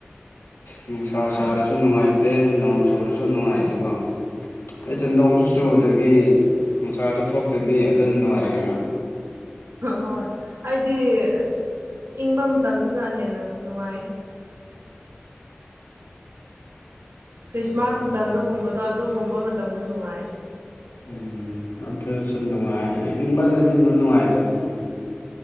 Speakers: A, on the left (about 90°); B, on the right (about 80°).
A: ꯅꯨꯡꯁꯥ ꯁꯥꯔꯁꯨ ꯅꯨꯡꯉꯥꯏꯇꯦ ꯅꯣꯡ ꯆꯨꯔꯁꯨ ꯅꯨꯡꯉꯥꯏꯇꯦꯀꯣ ꯑꯩꯁꯨ ꯅꯣꯡꯁꯨ ꯆꯨꯗꯕꯤ ꯅꯨꯡꯁꯥꯁꯨ ꯊꯣꯛꯇꯕꯤ ꯑꯗꯨ ꯅꯨꯡꯉꯥꯏꯔꯦꯕꯥ
B: ꯍꯣꯏ ꯑꯩꯗꯤ ꯑꯁ ꯏꯪꯕ ꯃꯇꯝꯗꯅ ꯍꯦꯟꯅ ꯅꯨꯡꯉꯥꯏ ꯈ꯭ꯔꯤꯁꯃꯥꯁ ꯃꯇꯝꯗꯒꯨꯝꯕꯗꯣ ꯑꯗꯨꯒꯨꯝꯕ ꯃꯇꯝꯗ ꯅꯨꯡꯉꯥꯏ
A: ꯎꯝ ꯑꯗꯨ ꯁꯨꯝ ꯅꯨꯡꯉꯥꯏ ꯏꯪꯕꯜꯂꯗꯤ ꯑꯗꯨꯝ ꯅꯨꯡꯉꯥꯏꯇꯕꯅꯤꯗꯤ